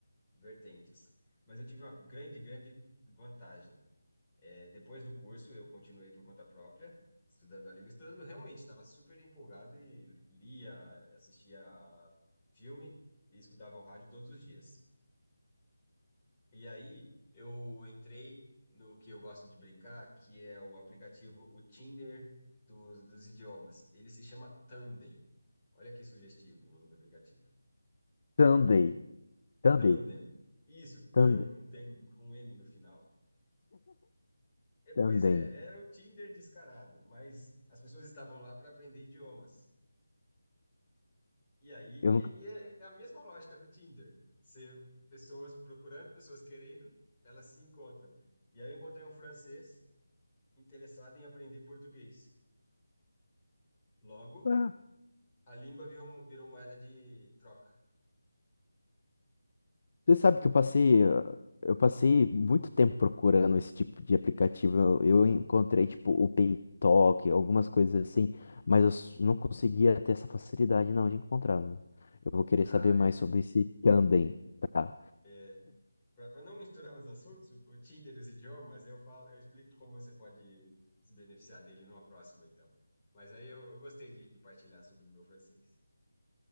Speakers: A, on the left; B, on the left.
A: vertentes. Mas eu tive uma grande, grande vantagem. É, Depois do curso, eu continuei por conta própria, estudando a língua, estudando realmente, estava super empolgado e lia, assistia a filme e escutava o rádio todos os dias. E aí eu entrei no que eu gosto de brincar, que é o aplicativo, o Tinder dos, dos idiomas. Ele se chama Tandem. Olha que sugestivo o nome do aplicativo.
B: Tandem. Tandem.
A: Tandem. Isso,
B: Tandem.
A: Tandem com M no final. É, pois
B: Tandem.
A: é, era o Tinder descarado, mas as pessoas estavam lá para aprender idiomas. E aí,
B: Eu
A: e,
B: nunca...
A: e é é a mesma lógica do Tinder. Ser pessoas procurando, pessoas querendo, elas se encontram. E aí eu encontrei um francês interessado em aprender português. Logo,
B: Ah,
A: a língua virou, virou moeda de troca.
B: Você sabe que eu passei... ah, Eu passei muito tempo procurando esse tipo de aplicativo. Eu, eu encontrei, tipo, o PayTalk, algumas coisas assim, mas eu s- não conseguia ter essa facilidade, não, de encontrar. viu? Eu vou querer
A: Ah,
B: saber mais
A: é.
B: sobre esse Tandem, tá?
A: É, Para não misturar os assuntos, o Tinder e os idiomas, eu falo, eu explico como você pode se beneficiar dele numa próxima, então. Mas aí eu, eu gostei de de partilhar sobre o meu francês.